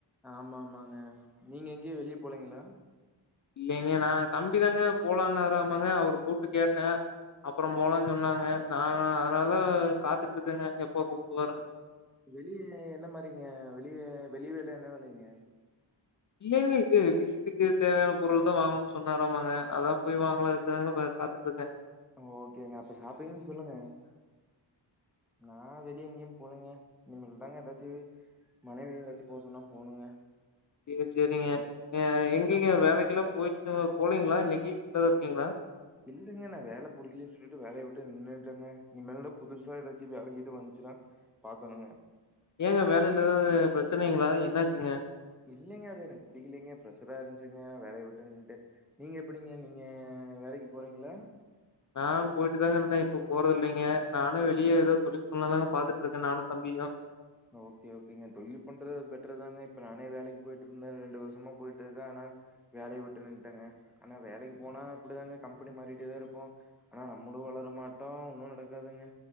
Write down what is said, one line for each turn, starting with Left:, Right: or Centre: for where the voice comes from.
Centre: ஆமா ஆமாங்க நீங்க எங்கியு வெளியே போலீங்களா
Left: இல்லங்க நா தம்பிதாங்க போலான்னாராமாங்க அவரு கூப்ட்டு கேட்ட அப்புற போலான்னு சொன்னாங்க நாங்க அதனால தா காத்துக்கிட்ருக்கேங்க எப்போ கூப்டுவாருன்னு
Centre: வெளிய என்ன மாரிங்க வெளிய வெளி வேல என்ன வேலைங்க
Left: இல்லைங்க இது வீட்டுக்கு தேவையான பொருள் தா வாங்கணுன்னு சொன்னராமாங்க அதா போய் வாங்கலான்றதுக்காக பாத் பாத்துட்ருக்க
Centre: ஓகேங்க அப்ப ஷாப்பிங்க்னு சொல்லுங்க நா வெளிய எங்கியு போலிங்க இனிமேல் தாங்க ஏதாச்சு மனைவி எங்கயாச்சி போ சொன்னா போனுங்க
Left: சேர் சேரிங்க எங்கிங்க வேலைக்கெல்லா போயிட்டு போலீங்களா இன்னக்கி வீட்லதா இருக்கீங்களா
Centre: இல்லிங்க நா வேல புடிக்கலே சொல்லிட்டு வேலையே விட்டே நின்னுட்டேங்க இனிமேல்தா புதுசா ஏதாச்சு வேல கீது வந்துச்சுனா பாக்கணுங்க
Left: ஏங்க வேலையில ஏதாது பிரச்சனைங்களா என்னாச்சுங்க
Centre: இல்லிங்க அது எனக்கு புடிக்கிலிங்க ப்ரெஷ்ஷரா இருந்துச்சுங்க வேலைய விட்டே நின்னுட்டே நீங்க எப்பிடிங்க நீங்க வேலைக்கி போறீங்களா
Left: நா போயிட்டு தாங்க இருந்தே இப்ப போறதில்லங்க நானு வெளியே ஏதோ தொழில் பண்லா தாங்க பாத்துட்டுருக்க நானு தம்பியு
Centre: ஓகே ஓகேங்க தொழில் பண்றது பெட்ரு தாங்க இப்ப நானே வேலைக்கி போயிட்ருந்த ரெண்டு வருசமா போயிட்ருக்க ஆனா வேலைய விட்டு நின்ட்டங்க ஆனா வேலைக்கி போனா இப்பிடிதாங்க கம்பெனி மாறிட்டேதா இருப்போ ஆனா நம்மளு வளர மாட்டோ ஒன்னு நடக்காதுங்க